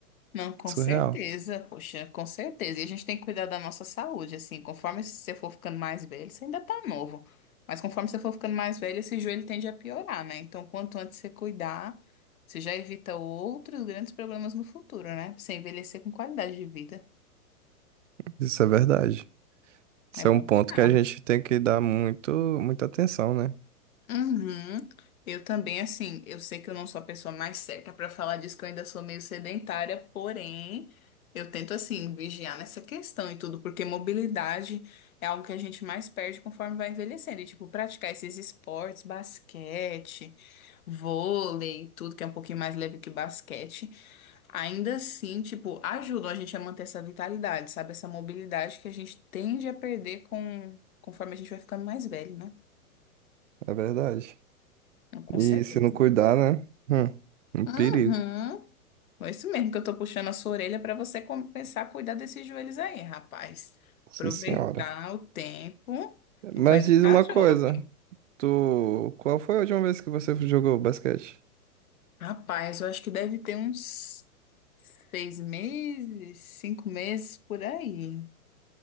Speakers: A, on the left; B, on the right.
A: Não, com
B: surreal.
A: certeza, poxa, com certeza. E a gente tem que cuidar da nossa saúde, assim, conforme você for ficando mais velho, você ainda tá novo, mas conforme você for ficando mais velho, esse joelho tende a piorar, né? Então, quanto antes você cuidar, você já evita outros grandes problemas no futuro, né? Pra você envelhecer com qualidade de vida.
B: Isso é verdade. Isso
A: É bom
B: é um ponto
A: cuidar.
B: que a gente tem que dar muito muita atenção, né?
A: Uhum. Eu também, assim, eu sei que eu não sou a pessoa mais certa para falar disso, que eu ainda sou meio sedentária, porém, eu tento, assim, vigiar nessa questão e tudo, porque mobilidade é algo que a gente mais perde conforme vai envelhecendo. E, tipo, praticar esses esportes, basquete, vôlei, tudo que é um pouquinho mais leve que basquete, ainda assim, tipo, ajudam a gente a manter essa vitalidade, sabe? Essa mobilidade que a gente tende a perder com, conforme a gente vai ficando mais velho, né?
B: É verdade.
A: Com
B: E
A: certeza.
B: se não cuidar, né? Hum, um
A: Uhum.
B: perigo,
A: É isso mesmo que eu tô puxando a sua orelha para você começar a cuidar desses joelhos aí, rapaz.
B: sim
A: Aproveitar
B: senhora.
A: o tempo que
B: Mas
A: tu ainda
B: diz
A: tá
B: uma
A: jovem.
B: coisa, tu, qual foi a última vez que você jogou basquete?
A: Rapaz, eu acho que deve ter uns seis meses, cinco meses por aí.